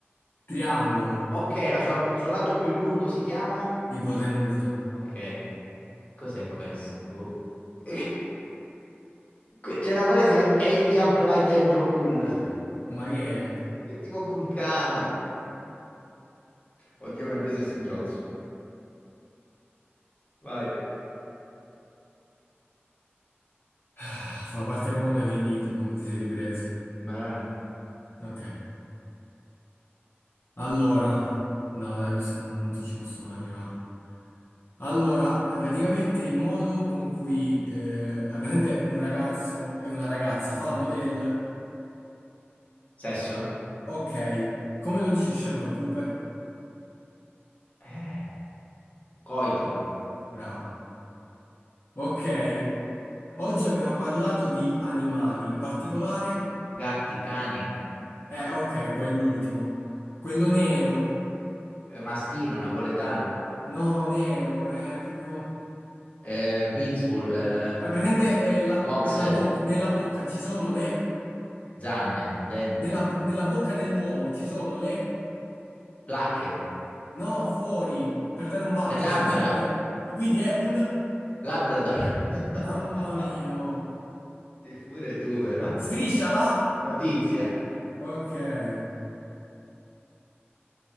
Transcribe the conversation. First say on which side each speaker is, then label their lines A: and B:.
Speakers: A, on the left; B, on the left.
A: Triangolo.
B: Ok, la sua- il suo lato più lungo si chiama?
A: Ipotenusa.
B: Ok, cos'è questo? Boh. <laughs> Que- C'è una frase che si chiama Eia Playa Jokul.
A: Ma che è?
B: <laughs> È tipo vulcano. Oddio, mi ha preso il singhiozzo. Vai.
A: Ah, fa- Partiamo quando hai finito, quando ti sei ripreso.
B: Vai, vai.
A: Ok. Allora. No, dai, questo non, non ti ci posso far arrivare. Allora, eh, praticamente il modo con cui... Eh, ah, praticamente un ragazzo e una ragazza fanno del...
B: Sesso?
A: Ok, come lo dice Sheldon Cooper?
B: Eh. Coito.
A: Bravo. Ok, oggi abbiamo parlato di animali, in particolare...
B: Gatti, cani.
A: Eh, ok, quell'ultimo. Quello nero.
B: eh, mastino, napoletano.
A: No, nero, è proprio...
B: eh, pitbull. eh,
A: È presente eh, la-
B: Boxer,
A: nella boc- nella bocca ci sono le...
B: zanne, denti,
A: Nella, bo- nella bocca dell'uomo ci sono le...
B: placche,
A: No, fuori, per dare un bacio,
B: le labbra,
A: si usano le... E quindi è un...
B: Labrador. <laughs>
A: Mamma mia, oh.
B: Sì, Pure tu però.
A: Strisciala.
B: Notizia.
A: Ok. Eh,